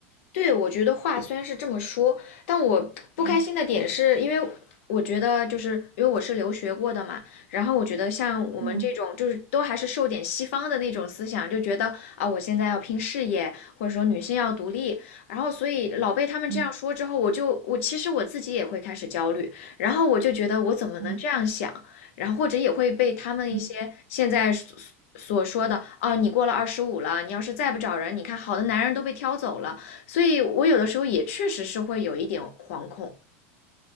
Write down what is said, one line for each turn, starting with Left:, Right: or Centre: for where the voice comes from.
Left: 对，我觉得话虽然是这么说，但我不开心的点是因为我觉得就是因为我是留学过的嘛，
Right: 嗯
Left: 然后我觉得像我们这种就是都还是受点西方的那种思想，
Right: 嗯
Left: 就觉得啊我现在要拼事业，或者说女性要独立，然后所以老被他们这样说之后，
Right: 嗯
Left: 我就我其实我自己也会开始焦虑，然后我就觉得我怎么能这样想，
Right: 嗯。
Left: 然后或者也会被他们一些现在所所说的啊你过了二十五了，
Right: 嗯
Left: 你要是再不找人，你看好的男人都被挑走了。所以我有的时候也确实是会有一点惶恐，